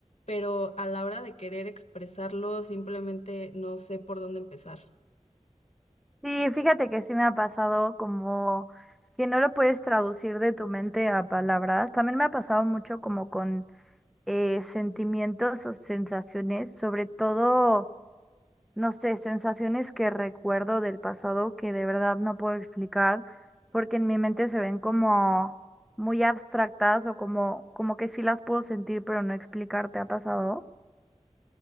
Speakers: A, on the left; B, in the centre.
A: pero a la hora de querer expresarlo, simplemente no sé por dónde empezar.
B: Sí, fíjate que sí me ha pasado como que no lo puedes traducir de tu mente a palabras. También me ha pasado mucho como con eh, sentimientos o sensaciones, sobre todo, no sé, sensaciones que recuerdo del pasado que de verdad no puedo explicar porque en mi mente se ven como muy abstractas o como, como que sí las puedo sentir pero no explicar. ¿Te ha pasado?